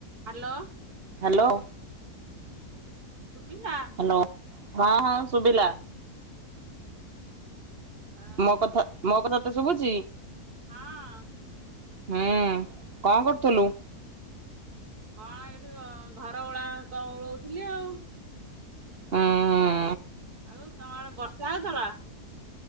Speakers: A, on the right; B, on the right.
A: Hello.
B: Hello.
A: ଶୁଭିଲା?
B: Hello ହଁ ହଁ ଶୁଭିଲା।
A: ଓହୋ
B: ମୋ
A: ହଁ।
B: କଥା ମୋ କଥା ତ ଶୁଭୁଛି?
A: ହଁ।
B: ହୁଁ କଣ କରୁଥିଲୁ?
A: କଣ ଏଇଠି ଘର ଓଳା ଓଳଉଥିଲି ଆଉ।
B: ହଁ।
A: ଆଉ ତମ ଆଡେ ବର୍ଷା ହେଉଥିଲା?